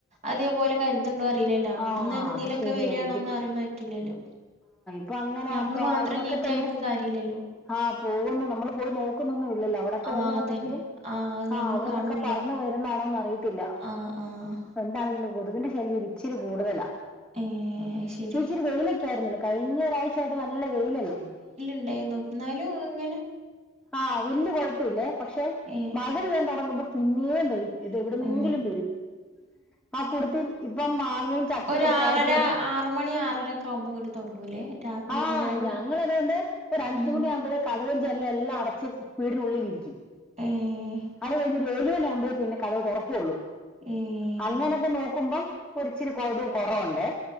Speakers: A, on the right (about 35°); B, in the centre.
A: അതേപോലെ കേരത്ണ്ടോ അറിയില്ലല്ലോ അവിടുന്ന്
B: ആ
A: എടുന്നേലൊക്കെ
B: അത് ശരിയായിരിക്കും
A: വരാനൊന്ന് അറിയാൻ പറ്റില്ലല്ലോ
B: അപ്പൊ അങ്ങനാ
A: ഞമ്മള്
B: അപ്പൊ
A: മാത്രം
B: അയൽവക്കത്ന്നു
A: നീറ്റായിട്ടും കാര്യല്ലല്ലോ
B: ആഹ് പോകുന്നു നമ്മൾ പോയി നോക്കുന്നൊന്നും ഇല്ലല്ലോ അവിടൊക്കെ
A: ആഹ്
B: വെള്ളം
A: അതന്നെ
B: ഉണ്ടെങ്കിലും
A: ഞമ്മള്
B: ആഹ് അവിടെന്നൊക്കെ
A: കാണൂല്ല
B: പറഞ്ഞ വരുന്നാണോന്ന് അറിയത്തില്ലപ്പ
A: ആഹ് ആഹ്
B: എന്താണെങ്കിലും കൊതുവിന്റെ ശല്യം ഇച്ചിരി കൂടുതലാ
A: ഏ ശരി
B: ഇപ്പൊ ഇച്ചിരി വെയിലൊക്കെ കഴിഞ്ഞ ഒരാഴ്ച ആയിട്ട് നല്ല വെയിലല്ലേ
A: ണ്ടയ്ന്നു ന്നാലും ഇങ്ങനെ
B: ആഹ് വല്യ കൊഴപ്പലില്ലേ പക്ഷെ
A: ഏഹ്
B: മഴ പെയ്യാൻ തൊടങ്ങുമ്പൊ പിന്നേ വൈകു ഇത് എവിട്ന്നെങ്കിലും
A: ഉം
B: വരും ആ കുടുത്തി ഇപ്പൊ മാങ്ങിം ചക്കയൊക്കെ
A: ഒരു ആറര
B: ആയത് കൊണ്ട്
A: ആറ് മണി ആറരൊക്കെ ആവുമ്പോ ഇങ്ങട്ട് തൊടങ്ങൂലേ രാ വൈകുന്നേരം
B: ആഹ് ഞങ്ങളതോണ്ട് ഒര് അഞ്ച്മണി
A: ഉം
B: ആവുമ്പഴേ ക കതകും ജനലെല്ലാ അടച്ച് വീടിനുള്ളിലിരിക്കും
A: ഏഹ്
B: അത് കഴിഞ് ഏഴുവണി ആവുമ്പഴെ പിന്നെ കഥക് തൊറക്കൊള്ളൂ
A: ഏഹ്
B: അങ്ങനൊക്കെ നോക്കുമ്പം ഒരിച്ചിരി കൊതു കൊറവ്ണ്ടേ